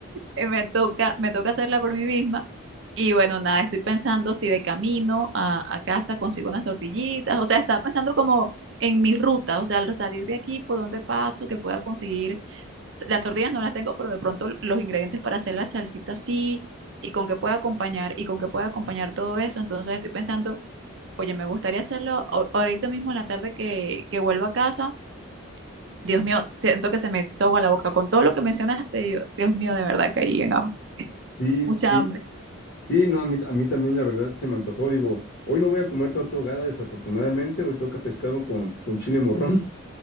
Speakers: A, on the right (about 55°); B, on the left (about 50°).
A: eh, me toca, me toca hacerla por mí misma. Y bueno, nada, estoy pensando si de camino a, a casa consigo unas tortillitas. O sea, estaba pensando como en mi ruta, o sea, al salir de aquí, por dónde paso, que pueda conseguir. Las tortillas no las tengo, pero de pronto los ingredientes para hacer la salsita sí, y con qué pueda acompañar, y con qué pueda acompañar todo eso. Entonces estoy pensando, oye, me gustaría hacerlo a- ahorita mismo en la tarde que, que vuelvo a casa. Dios mío, siento que se me hizo agua la boca con todo lo que mencionaste. yo- Dios mío, de verdad caí en hambre,
B: Sí,
A: mucha
B: digo-
A: hambre.
B: sí, no, a mí, a mí también la verdad se me antojó, digo, hoy no voy a comer torta ahogada desafortunadamente, hoy toca pescado con, con chile morrón.